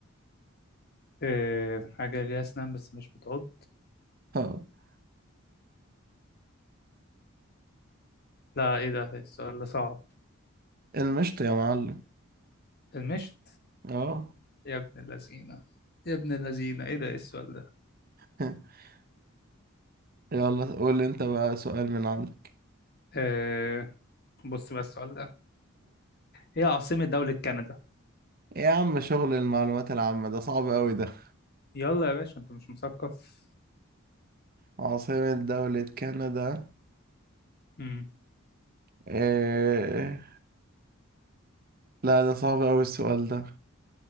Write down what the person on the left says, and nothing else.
إيه حاجة ليها أسنان بس مش بتعض
لا إيه ده السؤال ده صعب
المشت
يا ابن اللذينة يا ابن اللذينة إيه ده إيه السؤال ده؟
إيه بص بقى السؤال ده هي عاصمة دولة كندا
يلا يا باشا انت مش مثقف
مم.